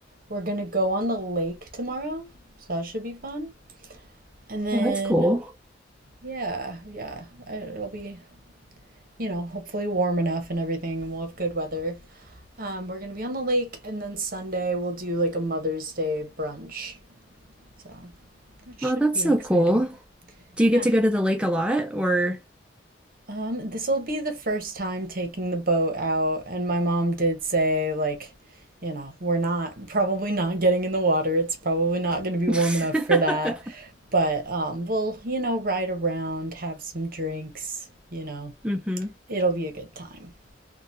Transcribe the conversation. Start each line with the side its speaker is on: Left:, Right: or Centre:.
Right: we're gonna go on the lake tomorrow, so that should be fun. And then,
Centre: Well, that's cool.
Right: yeah, yeah, it'll be, you know, hopefully warm enough and everything, and we'll have good weather. Um, we're gonna be on the lake, and then Sunday we'll do like a Mother's Day brunch, so that should
Centre: Well, that's
Right: be
Centre: so
Right: exciting.
Centre: cool. Do you get
Right: Ah,
Centre: to go to the lake a lot, or?
Right: Um, this will be the first time taking the boat out, and my mom did say, like, you know, we're not probably not getting in the water. It's probably not going to be
Centre: <laughs>
Right: warm enough for that. But um, we'll, you know, ride around, have some drinks, you know.
Centre: hmm
Right: It'll be a good time.